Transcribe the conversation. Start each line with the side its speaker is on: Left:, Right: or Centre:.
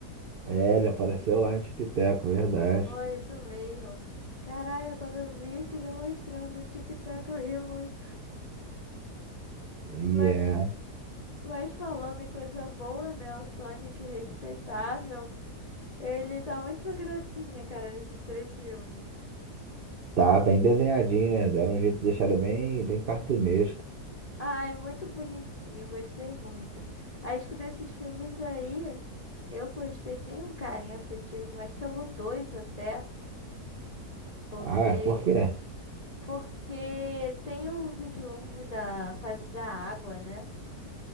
Right: É, ele apareceu lá no Tic Teco, verdade.
Left: Foi isso mesmo. Caraca, quando eu vi aquele mostrando no TikTok, eu ri muito.
Right: E
Left: Mas,
Right: é,
Left: mas falando em coisa boa, né? O Sonic respeitável, ele tá muito gracinha, cara, nesses três filmes.
Right: tá bem desenhadinho, né? Deram um jeito de deixar ele bem, bem cartunesco.
Left: Ai, muito bonitinho, gostei muito. Acho que desses filmes aí, eu gostei, tem um carinho afetivo, mas pelo dois até, porque
Right: Ah, por quê?
Left: porque tem um vislumbre da fase da água, né?